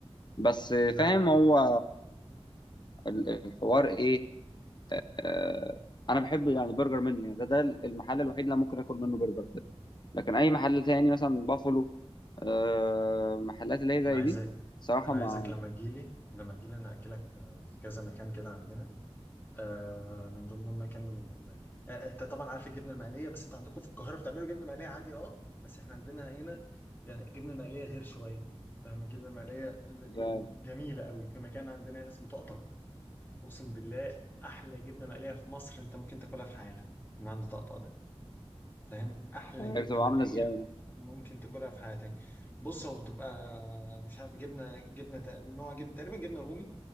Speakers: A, on the left; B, on the left.
A: بس
B: لا
A: فاهم
B: لا
A: هو ال- الحوار ايه آه، انا بحب يعني برجر منه يعني ده ده المحل الوحيد اللي أنا ممكن اكل منه برجر كده لكن اي محل تاني مثلا بافلو آه، محلات اللي هي زي
B: انا عايزك
A: دي صراحه
B: انا
A: ما
B: عايزك لما تجيلي لما تجيلي انا هاكلك في في كذا مكان كده عندنا آه من ضمن المكان إن- آه انت طبعا عارف الجبنه المقليه بس انت عندكم في القاهره بتعملوا جبنه مقليه عادي اه بس احنا عندنا هنا يعني الجبنه المقليه غير شويه فاهم الجبنه المقليه ل-
A: ما-
B: يعني جميله قوي في مكان عندنا هنا اسمه طقطق اقسم بالله احلى جبنه مقليه في مصر انت ممكن تاكلها في حياتك من عند طقطق ده فاهم احلى
A: طب هي
B: جبنه
A: بتبقى
B: مقليه
A: عامله ازاي
B: ممكن تاكلها في حياتك بص هو بتبقى مش عارف جبنه جبنه تق- نوع جبنه تقريبا جبنه رومي